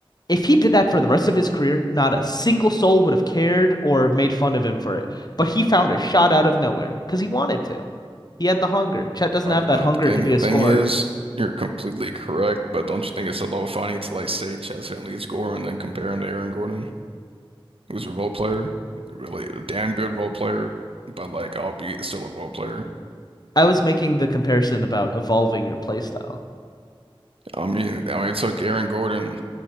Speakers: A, on the left; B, on the right.
A: If he did that for the rest of his career, not a single soul would have cared or made fun of him for it. But he found a shot out of nowhere because he wanted to. He had the hunger. Chet doesn't
B: I,
A: have that
B: I
A: hunger
B: think
A: to be
B: the
A: a
B: thing
A: scorer.
B: is, you're completely correct, but don't you think it's a little funny to like say Chaz Henley score and then compare him to Aaron Gordon, who's a role player, really a damn good role player, but like albeit still a role player.
A: I was making the comparison about evolving your playstyle.
B: I mean, I mean, it took Aaron Gordon